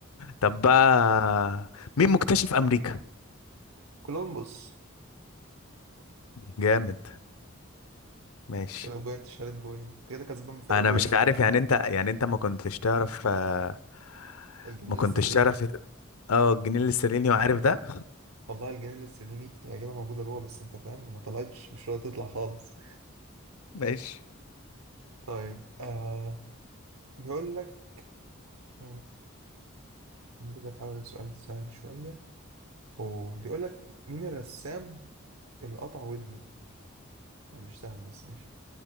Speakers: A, on the left; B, on the right.
A: طب بقى مين مكتشف امريكا
B: كولومبوس
A: جامد ماشي
B: كده بوينت شالت بوينت أنت كده كسبان بفرق
A: انا
B: بوينت
A: مش
B: صح؟
A: عارف يعني انت يعني انت ما كنتش تعرف آه،
B: الجنيه
A: ما كنتش
B: الاسترليني
A: تعرف اه الجنيه الاسترليني وعارف ده
B: والله الجنيه الاسترليني العجيبة موجودة جوه بس انت فاهم ما طلعتش مش راضية تطلع خالص
A: ماشي
B: طيب آه بيقول لك <laughs> هنجيب لك حاول سؤال سهل شوية وبيقول لك مين الرسام اللي قطع ودنه هو مش سهل بس ماشي